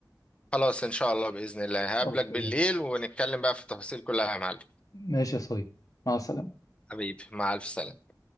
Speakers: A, on the left; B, on the left.
A: خلاص ان شاء الله بإذن الله هقابلك
B: اوكي
A: بالليل ونتكلم بقى في التفاصيل كلها يا معلم
B: ماشي يا صديقي مع السلامة
A: حبيبي مع الف سلامة